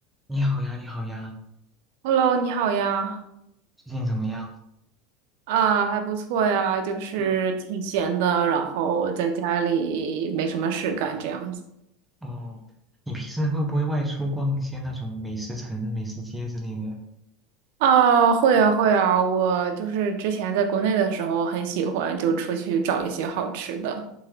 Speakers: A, in the centre; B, on the right.
A: 你好呀，你好呀，
B: Hello，你好呀，
A: 最近怎么样？
B: 啊，还不错呀，就是挺闲的，
A: 嗯，
B: 然后在家里没什么事干这样子。
A: 哦，你平时会不会外出逛一些那种美食城、美食街之类的？
B: 啊，会啊会啊，我就是之前在国内的时候很喜欢就出去找一些好吃的，